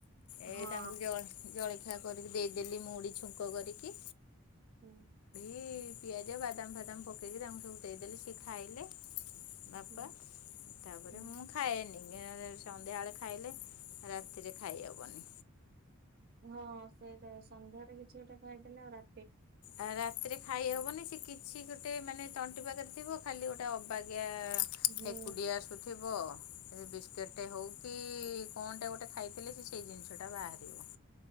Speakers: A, on the left (about 80°); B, on the right (about 45°).
A: ଏ
B: ହଁ
A: ତାଙ୍କୁ ଜଳ ଜଳଖିଆ କରିକି ଦେଇଦେଲି ମୁଡ଼ି ଛୁଙ୍କ କରିକି।
B: ହୁଁ।
A: କି ପିଆଜ ବାଦାମ ଫାଦାମ ପକେଇକି ତାଙ୍କୁ ସବୁ ଦେଇଦେଲି ସିଏ ଖାଇଲେ। ବାପା
B: ହୁଁ
A: ତାପରେ
B: ହୁଁ
A: ମୁଁ ଖାଏନି। ଗେରାରେ ସନ୍ଧ୍ୟାବେଳେ ଖାଇଲେ ରାତିରେ ଖାଇ ହବନି।
B: ହଁ ସେଇଟା ସନ୍ଧ୍ୟାରେ କିଛି ଗୋଟେ ଖାଇଦେଲେ ଆଉ ରା
A: ଆଉ ରାତିରେ ଖାଇ ହବନି ସେ କିଛି ଗୋଟେ ମାନେ ତଣ୍ଟି ପାଖରେ ଥିବ ଖାଲି ଗୋଟେ ଅବାଗିଆ। ଆ
B: ହୁଁ
A: ହେକୁଟି ଆସୁଥିବ। ସେ ବିସ୍କେଟ ଟେ ହଉ କି କଣ ଟେ ଗୋଟେ ଖାଇଦେଲେ ସେ ସେଇ ଜିନିଷ ଟା ବାହାରିବ।